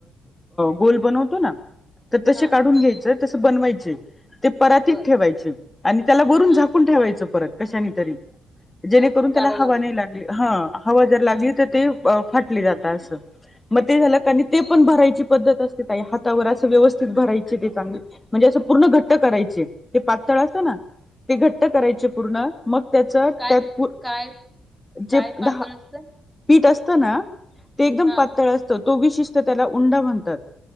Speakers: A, on the left (about 20°); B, in the centre.
A: गोल बनवतो ना तर तसे
B: हा
A: काढून घ्यायचं, तसं बनवायचे ते परातीत
B: बर
A: ठेवायचे, आणि त्याला वरून
B: हा
A: झाकून ठेवायचं परत कशानी तरी जेणेकरून
B: हा हा
A: त्याला
B: वारं
A: हवा
B: लागून
A: नाही लागली हा हवा जर लागली
B: हा
A: तर ते फाटली जातात असं मग ते झालं
B: बर
A: का ते पण भरायची पद्धत असते ताई हातावर असं व्यवस्थित भरायचे ते चांगले म्हणजे असं पूर्ण घट्ट करायचे ते पातळ असतं ना ते घट्ट करायचे पूर्ण मग त्याच त्यात
B: काय काय काय
A: जे
B: पातळ
A: दहा
B: असत
A: पीठ असत ना ते एकदम
B: हा
A: पातळ तो विशिष्ट त्याला उंडा म्हणतात,